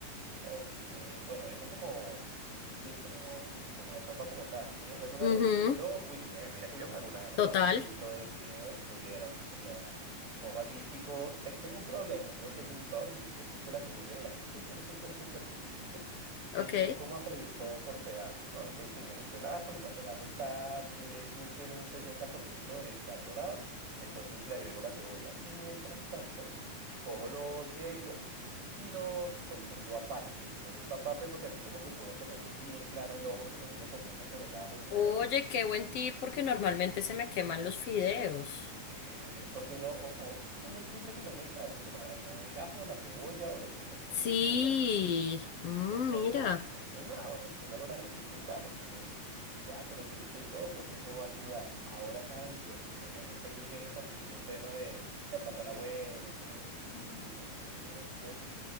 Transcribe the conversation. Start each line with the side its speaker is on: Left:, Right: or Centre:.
Right: Ok, bueno, eso como, listo, como, co- como la sopa como tal. Voy a hacerme un arrocito.
Left: Ujú,
Right: Uy, mira, mira que yo me hago un arrocito
Left: Total,
Right: de fideos, tuvieras. O sea, cojo así, pico, te- tengo un problema, creo que es un TOC, y es que pico la cebolla y el ajo súper, súper, súper chiquiticos y
Left: ok.
Right: empiezo como a freír todo por pedazos, ¿no? Entonces primero echo el ajo y cuando el ajo está, dile tú que en un 60% de estar dorado, entonces le agrego la cebolla. Y mientras tanto, cojo los fideitos y los sofrío aparte. Me gusta aparte porque así como que puedo tenerles bien claro el ojo, que no se me confundan con el ajo ni nada.
Left: Oye, qué buen tip, porque normalmente se me queman los fideos.
Right: E- e- Es porque uno, o- o- uno siempre que lo mezcla hace quemar algo, o el ajo, la cebolla o los fideos, eso
Left: Sí,
Right: sí es así.
Left: mm,
Right: Entonces,
Left: mira.
Right: entonces nada, bueno, después hago el arrocito y tal, entonces pues ya con los fideitos y todo, creo que eso va a ayudar. Ahora, ¿sabes qué? Pues obviamente ellos vienen también en un tema de, de pásala bueno, como de turismo, como de esto.